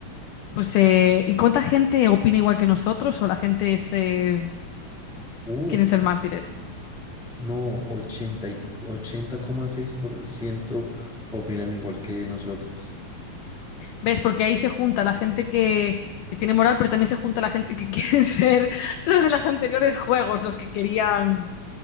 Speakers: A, on the left; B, in the centre.
A: Pues, eh, ¿y cuánta gente opina igual que nosotros o la gente es, eh,
B: Uf,
A: quieren ser mártires?
B: no, ochenta y- ochenta coma seis por ciento opinan igual que nosotros.
A: ¿Ves? Porque ahí se junta la gente que, que tiene moral, pero también se junta la gente que <laughs> quieren ser los de los anteriores juegos, los que querían,